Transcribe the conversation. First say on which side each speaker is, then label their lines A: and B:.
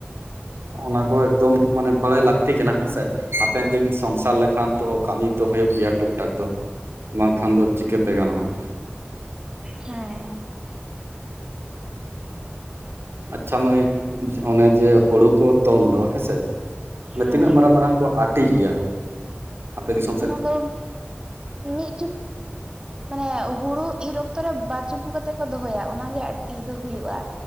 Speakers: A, on the right (about 75°); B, on the right (about 20°).
A: ᱚᱱᱟ ᱠᱚ ᱮᱠᱫᱚᱢ ᱢᱟᱱᱮ ᱵᱟᱲᱟᱭ ᱞᱟᱹᱠᱛᱤ ᱠᱟᱱᱟ ᱦᱮᱸᱥᱮ ᱦᱟᱯᱮᱱ ᱫᱤᱱ ᱥᱚᱝᱥᱟᱨ ᱞᱮᱠᱷᱟᱱ ᱛᱚ ᱠᱟᱹᱢᱤ ᱛᱚ ᱦᱩᱭᱩᱜ ᱜᱮᱭᱟ ᱴᱩᱠ ᱴᱟᱠ ᱫᱚ ᱵᱟᱝᱠᱷᱟᱱ ᱫᱚ ᱪᱤᱠᱟᱹᱛᱮ ᱜᱟᱱᱚᱜᱼᱟ
B: ᱦᱮᱸ
A: ᱟᱪᱪᱷᱟ ᱢᱟᱹᱭ ᱚᱱᱮ ᱡᱮ ᱦᱩᱲᱩ ᱠᱚ ᱛᱚᱞ ᱫᱚ ᱦᱮᱸᱥᱮ ᱢᱟᱱᱮ
B: ᱦᱮᱸ
A: ᱛᱤᱱᱟᱹᱜ ᱢᱟᱨᱟᱝ ᱢᱟᱨᱟᱝ ᱠᱚ ᱟᱴᱤ ᱜᱮᱭᱟ ᱟᱯᱮ ᱫᱤᱥᱚᱢ ᱥᱮᱫ
B: ᱚᱱᱟ ᱫᱚ ᱢᱤᱫᱪᱩ ᱢᱟᱱᱮ ᱦᱩᱲᱩ ᱤᱨ ᱚᱠᱛᱚ ᱚᱠᱛᱚ ᱨᱮ ᱵᱟᱨ ᱪᱩᱯᱩ ᱠᱟᱛᱮ ᱠᱚ ᱫᱚᱦᱚᱭᱟ ᱚᱱᱟᱜᱮ ᱟᱴᱤ ᱫᱚ ᱦᱩᱭᱩᱜᱼᱟ